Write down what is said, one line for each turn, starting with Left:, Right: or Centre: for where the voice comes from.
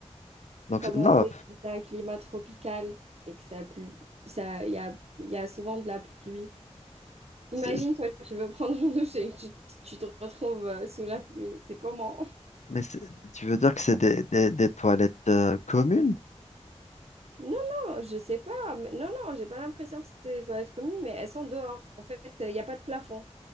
Left: Donc,
Right: Comme
Left: c'est- non,
Right: on sait que c'est un climat tropical et que ça pue, ça, il y a, il y a souvent de la pluie. Imagine,
Left: c'est-
Right: toi, tu veux prendre une douche et tu, tu te retrouves euh, sous la pluie. C'est comment?
Left: mais c'est- tu veux dire que c'est des, des, des toilettes euh, communes?
Right: Non, non, je sais pas. mais- non, non, j'ai pas l'impression que c'est des toilettes communes, mais elles sont dehors. En fait, il n'y a pas de plafond.